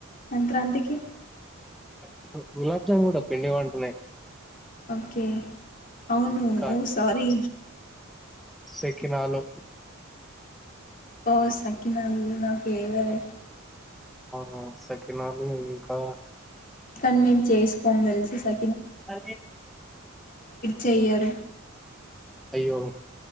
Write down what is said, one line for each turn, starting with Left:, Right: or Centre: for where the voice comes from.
Left: సంక్రాంతికి
Centre: ఇడు గులాబ్జామున్ కూడా పిండివంటనే
Left: ఓకే అవును
Centre: కా
Left: ఓ సారీ
Centre: సెకినాలు
Left: పో సకిన నా ఫేవరెట్
Centre: ఆ సకినాలు ఇంకా
Left: కానీ మేము చేసుకోొని తెలిసి సే
Centre: అ
Left: చెయ్యరు
Centre: అయ్యో